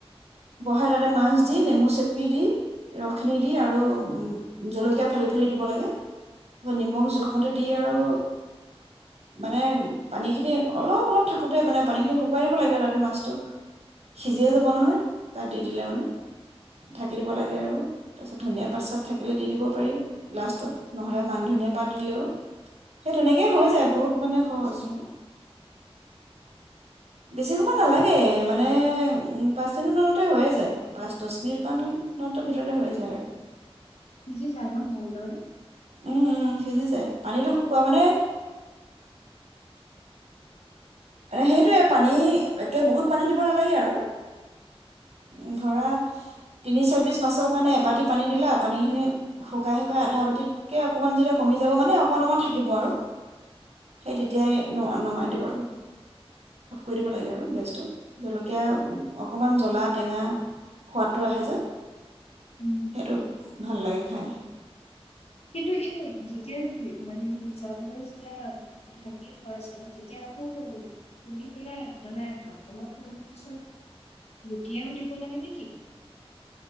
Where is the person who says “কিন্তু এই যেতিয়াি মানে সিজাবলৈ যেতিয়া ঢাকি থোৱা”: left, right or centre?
Left